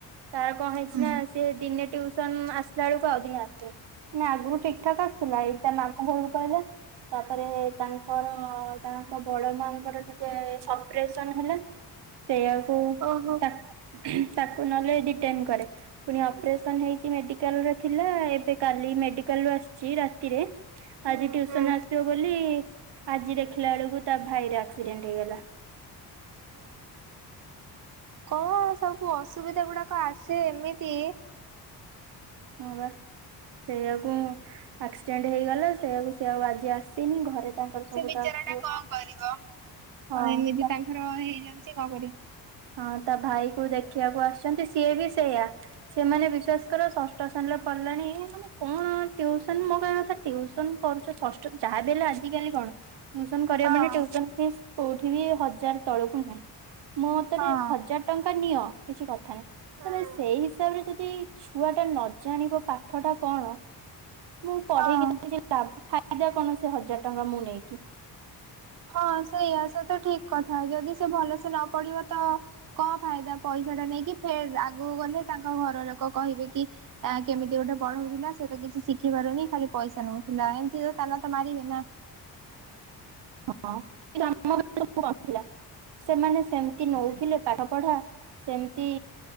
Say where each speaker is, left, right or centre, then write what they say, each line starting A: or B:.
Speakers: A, on the right; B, on the right.
A: ତାର କଣ ହେଇଛି
B: ହୁଁ।
A: ନା ସେ ଦିନେ ଟ୍ୟୁସନ ଆସିଲା ବେଳକୁ ଆଉ ଦିନ ଆସନି ନା ଆଗରୁ ଠିକଠାକ ଆସୁଥିଲା ଏଇତ ମାମୁଁ ଘରକୁ ପଳେଇଲା। ତାପରେ ତାଙ୍କର ତାଙ୍କ ବଡ ମାଙ୍କୁ ର ଟିକେ ଅପରେସନ ହେଲା। ସେଇଆକୁ
B: ଓହୋ
A: ତା ତାକୁ ନହଲେ ଦି ଟାଇମ କରେ ପୁଣି ଅପରେସନ ହେଇଛି ମେଡିକାଲ ର ଥିଲା ଏବେ କାଲି ମେଡିକାଲ ରୁ ଆସିଛି ରାତିରେ
B: ହୁଁ
A: ଆଜି ଟ୍ୟୁସନ
B: ହୁଁ।
A: ଆସିବ ବୋଲି ଆଜି ଦେଖିଲା ବେଳକୁ ତା ଭାଇରେ ଆକ୍ସି ଡେଣ୍ଟ ହେଇଗଲା।
B: ହଁ ଅ ସବୁ ଅସୁବିଧା ଗୁଡାକ ଆସେ ଏମିତି
A: ହଁ ବା ସେଇଆକୁ ଆକ୍ସିଡେଣ୍ଟ ହେଇଗଲା ସେଇଆକୁ ସେଆଉ ଆଜି ଆସିନି ଘରେ ତାଙ୍କର ସବୁ
B: ସେ ବିଚାର
A: ତାକୁ
B: ଟା କଣ କରିବ।
A: ହଁ
B: ଆଉ ଏମିତି
A: ତା
B: ତାଙ୍କର ହେଇଯାଉଛି କଣ କରିବ।
A: ହଁ ତା ଭାଇ କୁ ଦେଖିବାକୁ ଆସିଛନ୍ତି ସିଏ ବି ସେଇୟା ସେମାନେ ବିଶ୍ଵାସ କର ଷଷ୍ଠ ଶ୍ରେଣୀରେ ପଢ଼ିଲେଣି ମାନେ କଣ ଟ୍ୟୁସନ ମୋ କହିବା କଥା ଟ୍ୟୁସନ କରୁଛ ଷଷ୍ଠ ଯାହା ବି ହେଲେ ଆଜିକାଲି କଣ ଟ୍ୟୁସନ କରିବା
B: ହଁ
A: ମାନେ ଟ୍ୟୁସନ୍ ଫିସ୍ କୋଉଠି ବି ହଜାର ତଳକୁ ନାହିଁ ମୁଁ ଆରେ
B: ହଁ
A: ହଜାର ଟଙ୍କା ନିଅ। କିଛି କଥା ନାଇଁ
B: ହଁ।
A: ତାହେଲେ ସେଇ ହିସାବରେ ଯଦି ସେଇ ଛୁଆ ଟା ନଜାଣିବ ପାଠ ଟା କଣ ମୁଁ ପଢେଇକି
B: ହଁ
A: ତ କିଛି ଲାଭ ଫା ହବ କଣ ସେ ହଜାର ଟଙ୍କା ମୁଁ ନେଇକି।
B: ହଁ ସେଇଆା ସେ ତ ଠିକ କଥା, ଯଦି ସେ ଭଲସେ ନ ପଢିବ ତ କଣ ଫାଇଦା ପଇସା ଟା ନେଇକି, ଫେର୍ ଆଗକୁ ଗଲେ ତାଙ୍କ ଘର ଲୋକ କହିବେ କି ଏ କେମିତି ଗୋଟେ ପଢଉଥିଲା ସେ ତ କିଛି ଶିଖି ପାରୁନି ଖାଲି ପଇସା ନଉଥିଲା, ଏମିତି ତ ତାନା ତ ମାରିବେ ନା।
A: ହଁ କିନ୍ତୁ ଆମର <inaudible> ନଥିଲା, ସେମାନେ ସେମିତି ନଉଥିଲେ ପାଠ ପଢା ସେମିତି